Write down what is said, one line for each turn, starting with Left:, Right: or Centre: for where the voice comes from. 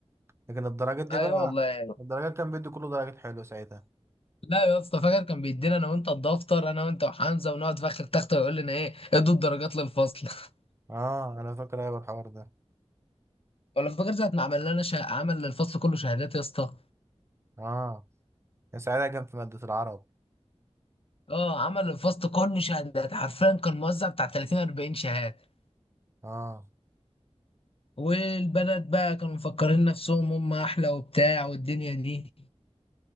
Right: لكن الدرجات دي
Left: ايوه
Right: بقى
Left: والله
Right: الدرجات كان بيدي كله درجات حلوه ساعتها
Left: لا يا اسطى فاكر كان بيدينا انا وانت الدفتر انا وانت وحمزه ونقعد في اخر تخته ويقول لنا ايه ادوا الدرجات للفصل <laughs>
Right: اه انا فاكر ايوه الحوار ده
Left: ولا فاكر ساعه ما عمل لنا شه... عمل للفصل كله شهادات يا اسطى
Right: اه كان ساعتها كان في مادة العرب
Left: اه عمل للفصل كله شهادات حرفيا كان موزع بتاع 30 40 شهاده
Right: اه
Left: والبنات بقى كانوا مفكرين نفسهم هم احلى وبتاع والدنيا دي